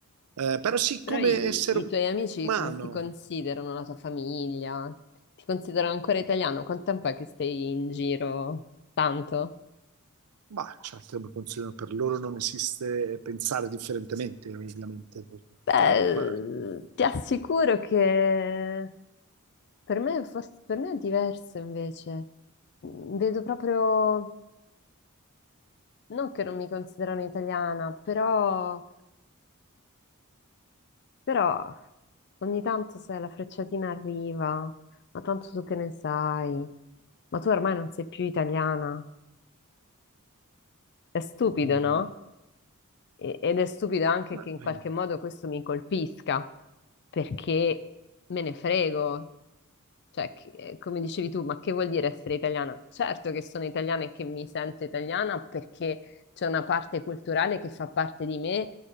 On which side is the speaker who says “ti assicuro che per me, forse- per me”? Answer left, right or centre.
Left